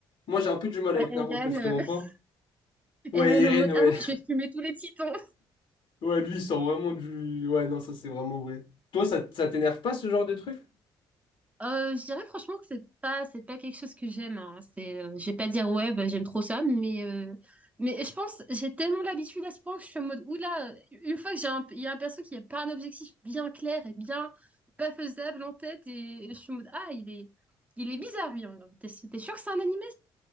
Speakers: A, on the left; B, on the right.
A: Moi, j'ai un peu du mal avec
B: Eren,
A: Naruto, justement
B: euh, <laughs>
A: pas. Ouais,
B: Eren
A: Irene,
B: en mode,
A: ouais.
B: ah moi je vais fumer tous les titans.
A: Ouais, lui, il sort vraiment du... Ouais, non, ça, c'est vraiment vrai. Toi, ça, ça t'énerve pas, ce genre de truc? <laughs>
B: Euh, je dirais franchement que c'est pas c'est pas quelque chose que j'aime. hein. C'est euh, je vais pas dire ouais bah, j'aime trop ça, mais euh, mais je pense j'ai tellement l'habitude à ce point que je suis en mode oula une fois que j'ai un il y a un perso qui a pas un objectif bien clair et bien pas faisable en tête et, je suis en mode ah il est il est bizarre lui. hein. T'es t'es sûr que c'est un animé